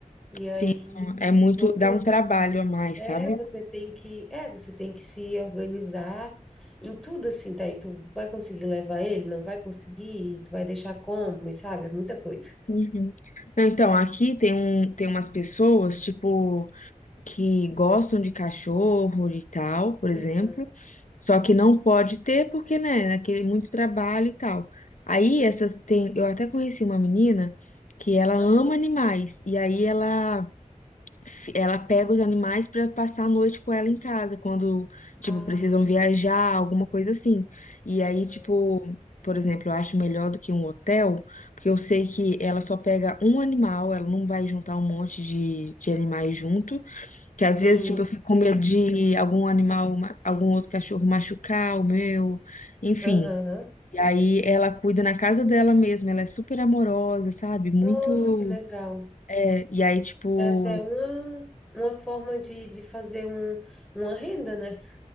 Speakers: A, in the centre; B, on the left.
A: e
B: Sim,
A: aí
B: não, é muito.
A: todo
B: Dá
A: um
B: um trabalho a mais,
A: É,
B: sabe?
A: você tem que, é, você tem que se organizar em tudo assim, tá? E tu vai conseguir levar ele, não vai conseguir, tu vai deixar como, e sabe? É muita coisa.
B: Uhum. Não, então, aqui tem um, tem umas pessoas, tipo, que gostam de cachorro e tal, por exemplo.
A: Aham,
B: Só que não pode ter porque, né, aquele muito trabalho e tal. Aí essas tem, eu até conheci uma menina que ela ama
A: aham.
B: animais e aí ela fi- ela pega os animais para passar a noite com ela em casa, quando, tipo,
A: Ah,
B: precisam viajar, alguma coisa assim. E
A: aham.
B: aí, tipo, por exemplo, eu acho melhor do que um hotel, porque eu sei que ela só pega um animal, ela não vai juntar um monte de, de animais junto, que às
A: Sim,
B: vezes, tipo, eu fico com medo de algum animal, ma- algum outro cachorro machucar o meu, enfim.
A: aham.
B: E aí ela cuida na casa dela mesma, ela é super amorosa, sabe? Muito.
A: Nossa, que legal.
B: é, e aí, tipo,
A: É até uma, uma forma de, de fazer um, uma renda, né?